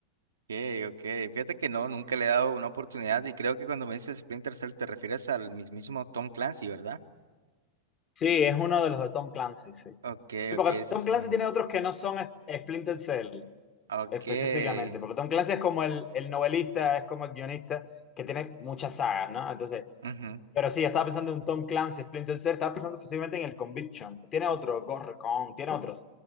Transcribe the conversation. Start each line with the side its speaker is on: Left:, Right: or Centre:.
Right: Okay, okay. Fíjate que no, nunca le he dado una oportunidad y creo que cuando me dices Splinter Cell te refieres al mismísimo Tom Clancy, ¿verdad?
Left: Sí, es uno de los de Tom Clancy, sí.
Right: Okay,
Left: Sí, porque
Right: okay, sí.
Left: Tom Clancy tiene otros que no son es- Splinter Cell
Right: Okay.
Left: específicamente, porque Tom Clancy es como el, el novelista, es como el guionista que tiene muchas sagas, ¿no? Entonces,
Right: ujú,
Left: pero sí, estaba pensando en un Tom Clancy, Splinter Cell, estaba pensando específicamente en el Conviction. Tiene otro, Ghost Recon, tiene otros,